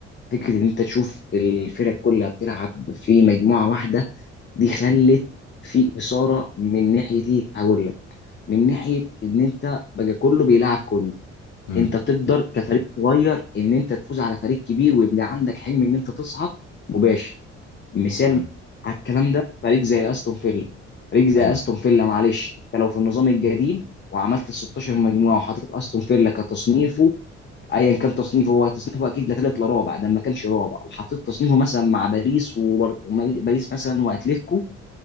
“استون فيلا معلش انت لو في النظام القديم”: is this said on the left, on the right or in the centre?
Left